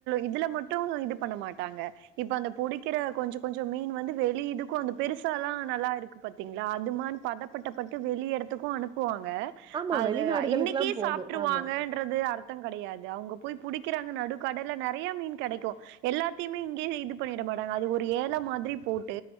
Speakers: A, on the right; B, on the right.
A: இதுல மட்டும் இது பண்ண மாட்டாங்க இப்ப அந்த பொறிக்குற கொஞ்ச கொஞ்ச மீன் வந்து வெளியிதுக்கு அந்த பெருசா எல்லா நல்லா இருக்கு பாத்தீங்களா அது மாதிரி பத பட்டப்பட்டு வெளிய இடத்துக்கு அனுப்புவாங்க
B: ஆமா
A: அது
B: வெளிநாடுகளுக்குல்லா
A: இன்னைக்கே
B: போது
A: சாப்பிட்ருவாங்க
B: ஆமா
A: ட்றது அர்த்தம் கெடயாது அவுங்க போய் புடிக்கிறாங்க நடுக்கடல நெறையா மீன் கெடைக்கு எல்லாத்தையுமே இங்கயே இது பண்ணிட மாட்டாங்க அது ஒரு ஏல மாதிரி போட்டு